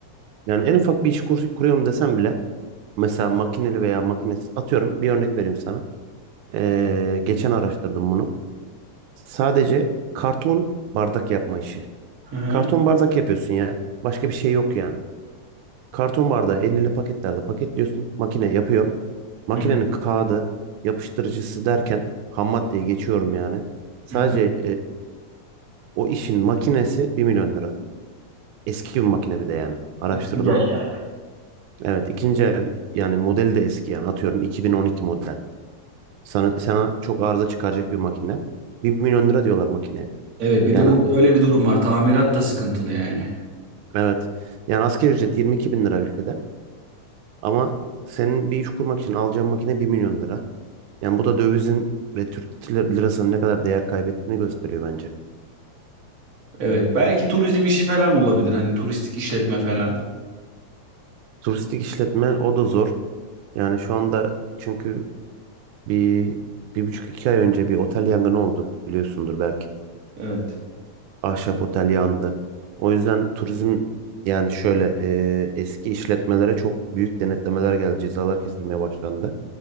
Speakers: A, on the right (about 85°); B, on the right (about 40°).
A: Yani en ufak bir iş kur- kuruyorum desem bile mesela makineli veya makinesiz atıyorum bir örnek vereyim sana. Ee, geçen araştırdım bunu. Sadece karton bardak yapma işi.
B: Hı hı.
A: Karton bardak yapıyorsun ya. Başka bir şey yok yani. Karton bardağı 50'li paketlerde paketliyorsun. Makine yapıyor. Makinenin
B: Hı
A: kağıdı, yapıştırıcısı derken ham maddeye geçiyorum yani. Sadece
B: hı hı.
A: O işin makinesi bir milyon lira. Eski bir makine bir de yani. Araştırdım.
B: Güzel yani.
A: Evet ikinci el yani modeli de eski yani atıyorum 2012 model. Sana, sana çok arıza çıkaracak bir makine. Bir milyon lira diyorlar makineye.
B: Evet bir
A: Yani
B: de burada öyle bir durum var. Tamirat da sıkıntılı yani.
A: evet yani asgari ücret 22 bin lira ülkede. Ama senin bir iş kurmak için alacağın makine bir milyon lira. Yani bu da dövizin ve Türk lir- lirasının ne kadar değer kaybettiğini gösteriyor bence.
B: Evet belki turizm işi falan olabilir. Hani turistik işletme falan.
A: Turistik işletme o da zor. Yani şu anda çünkü Bir, bir buçuk iki ay önce bir otel yangını oldu biliyorsundur belki.
B: Evet.
A: Ahşap otel yandı. O yüzden turizm yani şöyle e, eski işletmelere çok büyük denetlemeler geldi. Cezalar kesilmeye başlandı.